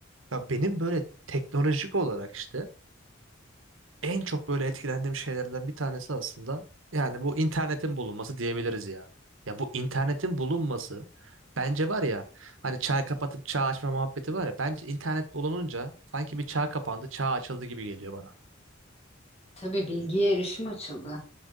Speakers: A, on the right; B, on the left.
A: Ya benim böyle teknolojik olarak işte en çok böyle etkilendiğim şeylerden bir tanesi aslında yani bu internetin bulunması diyebiliriz ya. Ya bu internetin bulunması bence var ya hani çağ kapatıp çağ açma muhabbeti var ya bence internet bulununca sanki bir çağ kapandı çağ açıldı gibi geliyor bana.
B: Tabii bilgiye erişim açıldı.